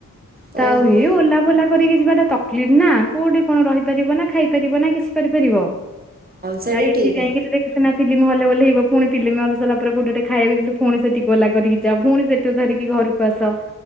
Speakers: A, on the right; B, in the centre.
A: ଓହୋ
B: ତ ଆଉ ଇଏ ଓଲା ଓଲା କରିକି ଯିବାଟା ତକଲିଫ ନା କୋଉଠି କଣ ରହିପାରିବ ନା ଖାଇ ପାରିବ ନା କିଛି କରିପାରିବ।
A: ସେଇଟା
B: ହଁ ଏଠି
A: ଠିକ୍।
B: ଯାଇଙ୍କିରି ଦେ ସେନା ଫିଲ୍ମ ହଲ ବୋଲେ ହେଇବ ପୁଣି ଫିଲ୍ମ ହଲ ସଲା ପରେ ଗୋଟେଟେ ଖାଇବାକୁଇଲେ ପୁଣି ସେ ଟିକ ଓଲା କରିକି ଯ ପୁଣି ସେ ଟୋ ଧରିକି ଘରକୁ ଆସ।